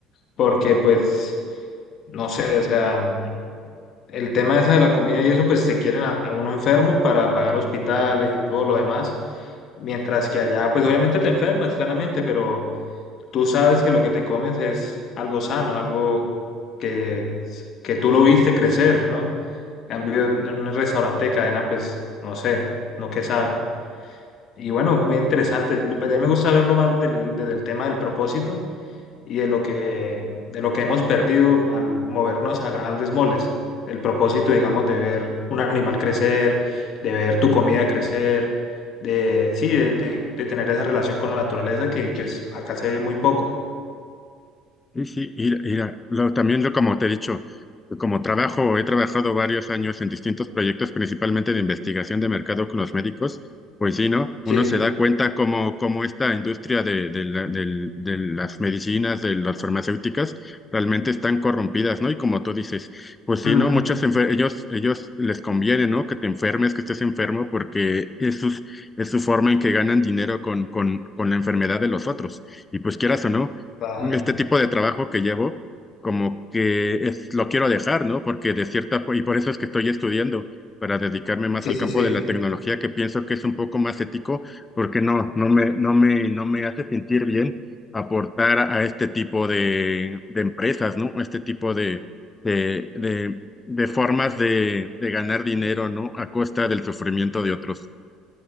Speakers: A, on the left; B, on the left.
A: porque pues, no sé, o sea, mm, el tema ese de la comida y eso, pues te quieren a, a uno enfermo para pagar hospitales y todo lo demás, mientras que allá, pues obviamente te enfermas, claramente, pero tú sabes que lo que te comes es algo sano, algo que, que tú lo viste crecer, ¿no? En cambio, en un restaurante de cadena, pues, no sé, no qué sabe. Y bueno, muy interesante. Yo- pues, A mí me gusta verlo más del, desde el tema del propósito y de lo que, de lo que hemos perdido al movernos a grandes moles. El propósito, digamos, de ver un animal crecer, de ver tu comida crecer, de, sí, de, de- de tener esa relación con la naturaleza que, que es- acá se ve muy poco.
B: Sí, sí, ir- ir a- lo- también lo, como te he dicho, como trabajo, he trabajado varios años en distintos proyectos, principalmente de investigación de mercado con los médicos, pues sí, ¿no? Uno
A: Sí,
B: se da cuenta como, como esta industria de, de la- del- de las medicinas, de las farmacéuticas, realmente están corrompidas, ¿no? Y como tú dices, pues sí,
A: Mm,
B: ¿no? Muchos enfer- ellos, ellos les conviene, ¿no? Que te enfermes, que estés enfermo, porque es, sus- es su forma en que ganan dinero con, con, con la enfermedad de los otros. Y pues quieras o no
A: claro,
B: este tipo de trabajo que llevo, como que es, lo quiero dejar, ¿no? Porque de cierta fo- y por eso es que estoy estudiando, para dedicarme más
A: sí,
B: al
A: sí,
B: campo
A: sí,
B: de la tecnología, que pienso que es un poco más ético, porque no, no me, no me, no me hace sentir bien aportar a este tipo de, de empresas, ¿no? Este tipo de, de, de, de formas de, de ganar dinero, ¿no? A costa del sufrimiento de otros.